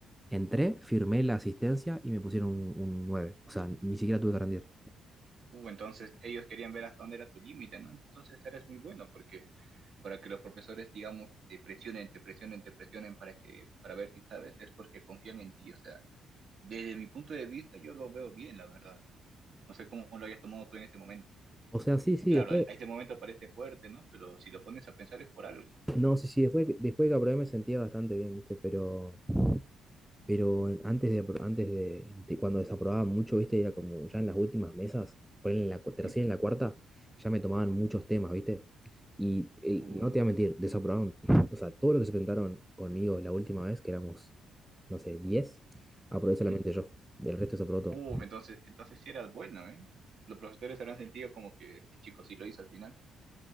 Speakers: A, in the centre; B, on the right.
A: entré, firmé la asistencia y me pusieron un, un 9. O sea, ni siquiera tuve que rendir.
B: Uh, entonces ellos querían ver hasta dónde era tu límite, ¿no? Entonces eres muy bueno porque para que los profesores, digamos, te presionen, te presionen, te presionen para que, para ver si sabes, es porque confían en ti. O sea, desde mi punto de vista yo lo veo bien, la verdad. No sé cómo lo hayas tomado tú en este momento.
A: O sea, sí, sí,
B: Claro,
A: después,
B: al- a este momento parece fuerte, ¿no? Pero si lo pones a pensar es por algo.
A: no, sí, sí, después, después que aprobé me sentía bastante bien, ¿viste? Pero, pero antes de, apro- antes de, de cuando desaprobaba mucho, ¿viste? Era como ya en las últimas mesas, ponele en la cu- tercera
B: Ujú.
A: y en la cuarta, ya me tomaban muchos temas, ¿viste? Y, eh,
B: Uh,
A: no te voy a mentir, desaprobaron, <laughs> o sea, todo lo que se presentaron conmigo la última vez, que éramos, no sé, diez aprobé solamente
B: ujú.
A: yo, del resto desaprobó
B: Uf,
A: todo.
B: entonces, entonces sí eras bueno, ¿eh? Los profesores habrán sentido como que este chico sí lo hizo al final.